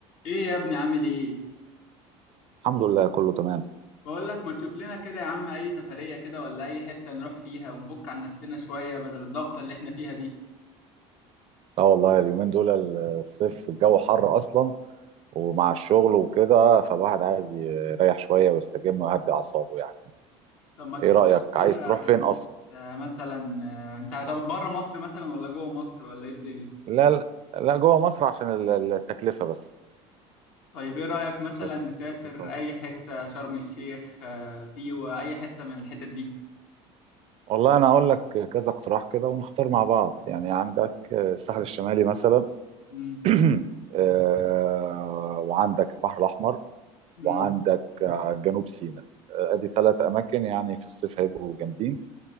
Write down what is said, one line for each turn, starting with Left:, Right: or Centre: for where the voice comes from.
Left: ايه يا ابني عامل ايه
Right: الحمد لله كله تمام
Left: بقول لك ما تشوف لنا كده يا عم اي سفرية كده ولا اي حتة نروح فيها ونفك عن نفسنا شوية بدل الضغط اللي احنا فيها دي
Right: اه والله اليومين دول الصيف الجو حر اصلا ومع الشغل وكده فالواحد عايز يريح شويه ويستجم ويهدي اعصابه يعني
Left: طب ما تشوف
Right: ايه رايك
Left: لنا كده
Right: عايز تروح فين
Left: أي
Right: اصلا
Left: حتة مثلا آه، انت طب بره مصر مثلا ولا جوه مصر ولا ايه الدنيا
Right: لا لا لا جوه مصر عشان ال- ال- التكلفه بس
Left: طيب ايه رأيك مثلا
Right: عشان
Left: نسافر
Right: التكلفه
Left: اي حتة شرم الشيخ آه، سيوة اي حتة من الحتت دي
Right: والله انا اقول لك كذا اقتراح كده ونختار مع بعض يعني عندك الساحل الشمالي مثلا
Left: امم
Right: <clears throat> آه، وعندك البحر الاحمر
Left: امم
Right: وعندك جنوب سيناء آه، ادي ثلاث اماكن يعني في الصيف هيبقوا جامدين